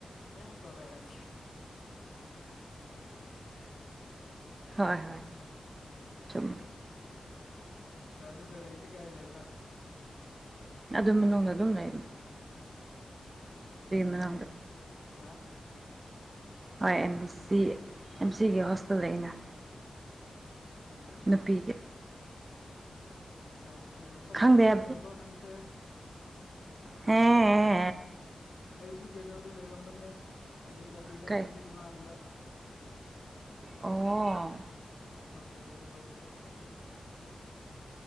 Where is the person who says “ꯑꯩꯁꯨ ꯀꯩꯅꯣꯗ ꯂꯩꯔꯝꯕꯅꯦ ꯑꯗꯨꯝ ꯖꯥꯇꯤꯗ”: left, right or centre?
Left